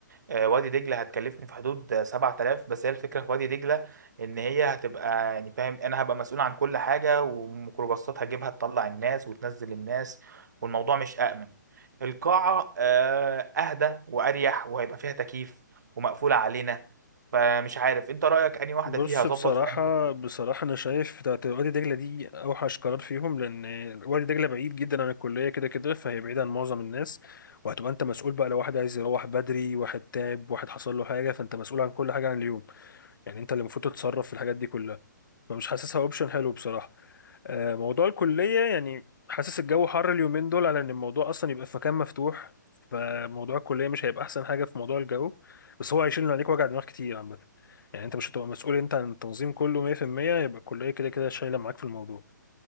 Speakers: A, on the right; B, on the left.
A: آه، وادي دجله هتكلفني في حدود آه، 7000 بس هي الفكره في وادي دجله ان هي هتبقى يعني فاهم انا هبقى مسؤول عن كل حاجه وميكروباصات هجيبها تطلع الناس وتنزل الناس والموضوع مش امن القاعه آه، اهدى واريح وهيبقى فيها تكييف ومقفوله علينا فمش عارف انت رايك انهي واحده
B: بص
A: فيها اظبط
B: بصراحة
A: في انهي حته
B: بصراحة أنا شايف بتاعت وادي دجلة دي أوحش قرار فيهم لأن وادي دجلة بعيد جدا عن الكلية كده كده فهي بعيدة عن معظم الناس وهتبقى أنت مسؤول بقى لو واحد عايز يروح بدري واحد تعب واحد حصل له حاجة فأنت مسؤول عن كل حاجة عن اليوم يعني انت اللي المفروض تتصرف في الحاجات دي كلها فمش حاسسها اوبشن حلو بصراحه آه، موضوع الكليه يعني حاسس الجو حر اليومين دول على ان الموضوع اصلا يبقى في مكان مفتوح فموضوع الكليه مش هيبقى احسن حاجه في موضوع الجو بس هو هيشيل من عليك وجع دماغ كتير عامه يعني انت مش هتبقى مسؤول انت عن التنظيم كله 100% يبقى الكليه كده كده شايله معاك في الموضوع